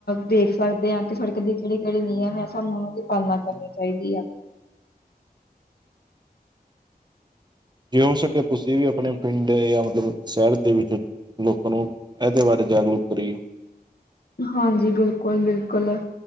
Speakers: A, on the left (about 75°); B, on the right (about 25°).
A: ਦੇਖ ਸਕਦੇ ਹਾਂ ਕਿ ਸੜਕ ਦੇ ਕਿਹੜੇ-ਕਿਹੜੇ ਨਿਯਮ ਹੈ ਸਾਨੂੰ ਉਹਨਾਂ ਦੀ ਪਾਲਣਾ ਕਰਨੀ ਚਾਹੀਦੀ ਆ।
B: ਜੇ ਹੋ ਸਕਿਆ ਤੁਸੀਂ ਵੀ ਆਪਣੇ ਪਿੰਡ ਜਾਂ ਮਤਲਬ ਸ਼ਹਿਰ ਦੇ ਵਿੱਚ ਲੋਕਾਂ ਨੂੰ ਇਹਦੇ ਬਾਰੇ ਜਾਗਰੂਕ ਕਰੀਏ।
A: ਹਾਂਜੀ ਬਿਲਕੁਲ-ਬਿਲਕੁਲ।